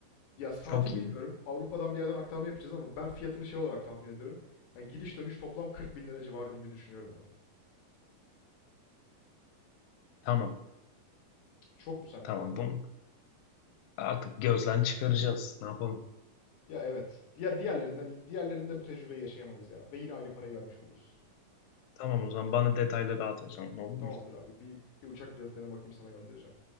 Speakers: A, on the left (about 65°); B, on the left (about 85°).
A: Ya saati
B: Çok iyi.
A: bilmiyorum. Avrupa'dan bir yerden aktarma yapacağız ama ben fiyatını şey olarak tahmin ediyorum. Yani gidiş dönüş toplam 40 bin lira civarı gibi düşünüyorum ben.
B: Tamam.
A: Çok mu sence
B: Tamam.
A: ya?
B: Bunu artık gözden çıkaracağız. Ne yapalım?
A: Ya evet. Diğer diğerlerinden diğerlerinde bu tecrübeyi yaşayamayız ya. Ve yine aynı parayı vermiş oluruz.
B: Tamam o zaman bana detayları at o zaman olur
A: Tamamdır
B: mu?
A: abi. Bir, bir uçak biletlerine bakayım sana göndereceğim.